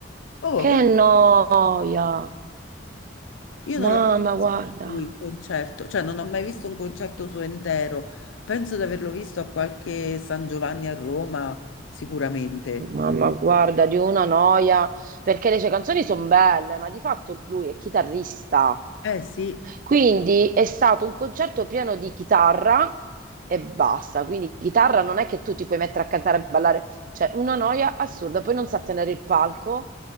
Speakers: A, on the left (about 85°); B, on the right (about 45°).
A: Oh,
B: Che
A: vedi,
B: noia!
A: io non
B: Mamma,
A: l'ho mai visto
B: guarda,
A: lui in concerto, cioè non ho mai visto un concerto suo intero. Penso di averlo visto a qualche San Giovanni a Roma, sicuramente.
B: mamma, guarda, di una noia, perché le sue canzoni sono belle, ma di fatto lui è chitarrista.
A: Eh sì,
B: Quindi è stato un concerto pieno di chitarra e basta. Quindi chitarra non è che tu ti puoi mettere a cantare e ballare, cioè una noia assurda, poi non sa tenere il palco